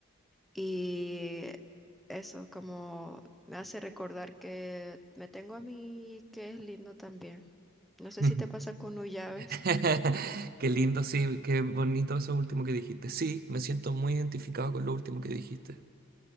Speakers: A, in the centre; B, on the right.
A: Y eso, como me hace recordar que me tengo a mí y que es lindo también. No sé
B: Ujú.
A: si te pasa con Ullaves.
B: <laughs> Qué lindo, sí, qué bonito eso último que dijiste. Sí, me siento muy identificado con lo último que dijiste.